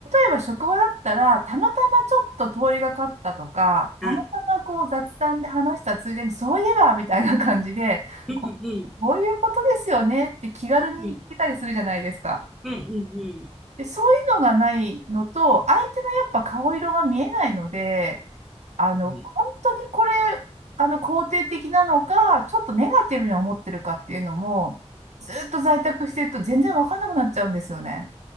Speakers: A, on the right; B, in the centre.
A: えば職場だったら、たまたまちょっと通りがかったとか、たまたまこう雑談で話したついでに、
B: あ
A: そういえば、みたいな感じで、
B: うん。
A: ここういうことですよねって気軽に聞けたりするじゃないですか。
B: うん。うん。うん。うん。う
A: で、そういうのがないのと、相手のやっぱ顔色が見えないので、あの、
B: んうん。
A: 本当にこれ、あの、肯定的なのか、ちょっとネガティブに思ってるかっていうのも、ずっと在宅してると全然わかんなくなっちゃうんですよね。